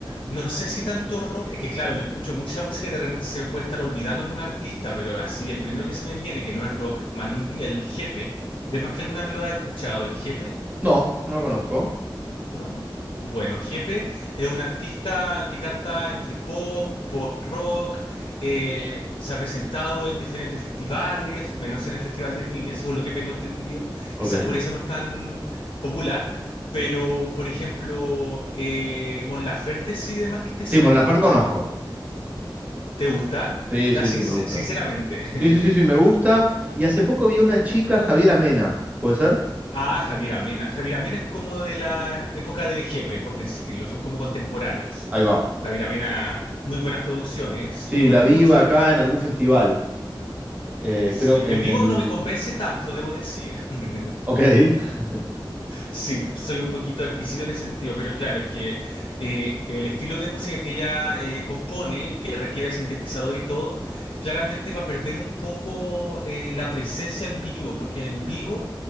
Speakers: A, on the left; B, on the right.
A: no sé si tanto rock, es que claro, yo escucho mucha música y de repente se me puede estar olvidando algún artista, pero así, el primero que se me viene, que no es rock, más indie, el Jepe. De más que alguna vez lo has escuchado, el Jepe.
B: No, no lo conozco.
A: ¿No? Bueno, Jepe es un artista que canta entre pop, pop rock, eh, se ha presentado en diferentes festivales, menos en el Festival de Viña, según lo que tengo entendido.
B: Ok.
A: Quizás por eso no es tan popular, pero por ejemplo, eh, Mon Laferte sí demás que te suena.
B: Sí, Mon Laferte conozco.
A: ¿Te gusta?
B: Sí,
A: La
B: sí,
A: sincer-
B: sí, me gusta.
A: sinceramente.
B: Sí, sí, sí, sí,
A: <laughs>
B: me gusta. Y hace poco vi a una chica, Javiera Mena, ¿puede ser?
A: Ah, Javier Amena. Javier Amena es como de la época de Jepe, por decirlo, son como contemporáneos.
B: Ahí va.
A: Javier Amena, muy buenas producciones,
B: Sí,
A: muy buenas
B: la vi
A: producciones.
B: acá en algún festival. Eh,
A: Sí,
B: creo que
A: en
B: en
A: vivo
B: el.
A: no me convence tanto, debo decir. <laughs>
B: Ok. <laughs>
A: Sí, soy un poquito exquisito en ese sentido, pero claro, es que eh, el estilo de música que ella eh, compone, que requiere sintetizador y todo, claramente va a perder un poco eh, la presencia en vivo, porque en vivo